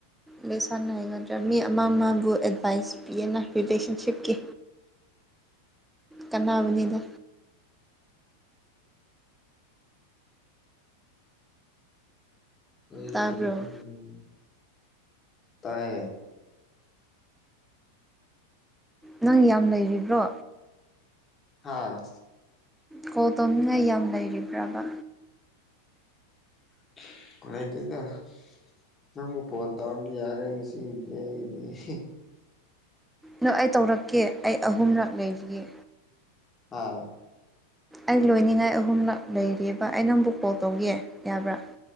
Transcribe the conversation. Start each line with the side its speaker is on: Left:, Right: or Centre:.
Centre: ꯂꯣꯏꯁꯟꯍꯩꯒꯗ꯭ꯔꯥ ꯃꯤ ꯑꯃ ꯑꯃꯕꯨ ꯑꯦꯗꯚꯥꯏꯁ ꯄꯤꯌꯦꯅ ꯔꯤꯂꯦꯁꯟꯁꯤꯞꯀꯤ ꯀꯥꯟꯅꯕꯅꯤꯗ
Left: ꯍꯨꯌꯤꯛꯁꯦ
Centre: ꯇꯥꯕ꯭ꯔꯣ
Left: ꯈꯪ ꯇꯥꯏꯌꯦ
Centre: ꯅꯪ ꯌꯥꯝ ꯂꯩꯔꯤꯕ꯭ꯔꯣ
Left: ꯍꯥꯥ
Centre: ꯀꯣꯜ ꯇꯧꯅꯤꯡꯉꯥꯏ ꯌꯥꯝ ꯂꯩꯔꯤꯕ꯭ꯔꯕ
Left: <unintelligible> ꯅꯪꯕꯨ ꯐꯣꯟ ꯇꯥꯎꯔꯗꯤ ꯌꯥꯔꯦ ꯑꯩꯒꯤꯗꯤ ꯉꯥꯁꯤꯒꯤꯗꯤ
Centre: ꯅꯣ ꯑꯩ ꯇꯧꯔꯛꯀꯦ ꯑꯩ ꯑꯍꯨꯝꯔꯛ ꯂꯩꯔꯤꯌꯦ
Left: ꯍꯥ
Centre: ꯑꯩ ꯂꯣꯏꯅꯤꯡꯉꯥꯏ ꯑꯍꯨꯝꯂꯛ ꯂꯩꯔꯤꯕꯑꯕ ꯑꯩ ꯅꯡꯕꯨ ꯀꯣꯜ ꯇꯧꯒꯦ ꯌꯥꯕ꯭ꯔꯥ